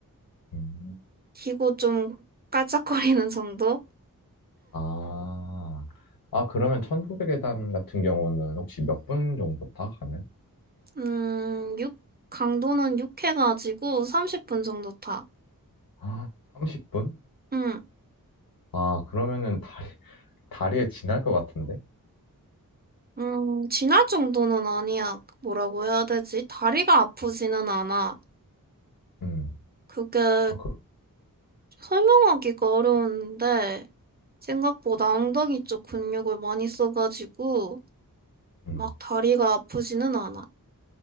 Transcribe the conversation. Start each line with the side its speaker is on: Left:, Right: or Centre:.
Left: 음.
Right: 기고 좀 깔짝거리는 정도?
Left: 아, 아, 그러면 천국의 계단 같은 경우는 혹시 몇 분 정도 다 가면?
Right: 음, 육? 강도는 육 해가지고 30분 정도 타.
Left: 아, 30분?
Right: 음,
Left: 아, 그러면은 다리, 다리에 지날 것 같은데?
Right: 음, 지날 정도는 아니야. 뭐라고 해야 되지? 다리가 아프지는 않아.
Left: 음,
Right: 그게
Left: 아, 그,
Right: 설명하기가 어려운데, 생각보다 엉덩이 쪽 근육을 많이 써가지고,
Left: 음.
Right: 막 다리가 아프지는 않아.